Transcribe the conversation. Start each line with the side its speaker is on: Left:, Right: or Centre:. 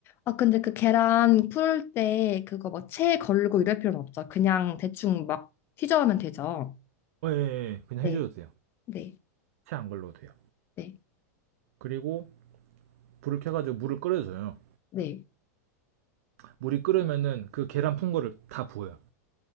Left: 아, 근데 그 계란 풀 때 그거 뭐 채 걸고 이럴 필요는 없죠. 그냥 대충 막 휘저으면 되죠.
Right: 어, 예, 예, 예. 그냥
Left: 네.
Right: 해줘도 돼요.
Left: 네.
Right: 채 안 걸러도 돼요.
Left: 네.
Right: 그리고 불을 켜가지고 물을 끓여줘요.
Left: 네.
Right: 물이 끓으면은 그 계란 푼 거를 다 부어요.